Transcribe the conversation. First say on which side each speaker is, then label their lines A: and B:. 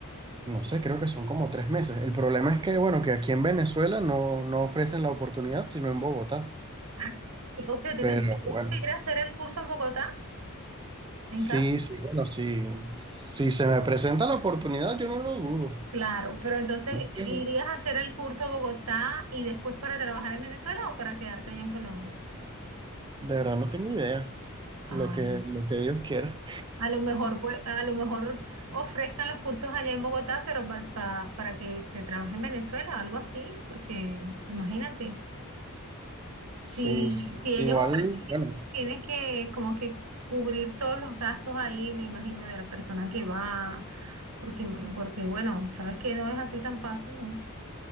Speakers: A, on the right; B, on the right.
A: no sé, creo que son como tres meses. El problema es que, bueno, que aquí en Venezuela no, no ofrecen la oportunidad, sino en Bogotá.
B: Ah, y- O sea, ¿tienes,
A: Pero
B: tienes
A: bueno.
B: que ir a hacer el curso en Bogotá, en
A: Sí,
B: casa?
A: sí, bueno, sí. Si se me presenta la oportunidad, yo no lo dudo.
B: Claro, pero entonces,
A: Realmente,
B: ¿irías a hacer el curso a Bogotá y después para trabajar en Venezuela o para quedarte allá en Colombia?
A: De verdad no tengo idea.
B: Ah.
A: Lo que, lo que Dios quiera.
B: A lo mejor, pues, a lo mejor ofrezcan los cursos allá en Bogotá, pero pa- pa- para que se trabaje en Venezuela, algo así, porque imagínate, si,
A: Sí, sí.
B: si ellos
A: Igual,
B: ofrecen
A: bueno,
B: eso, tienen que como que cubrir todos los gastos ahí, me imagino, de la persona que va, porque, mm, porque bueno, sabes que no es así tan fácil, ¿no?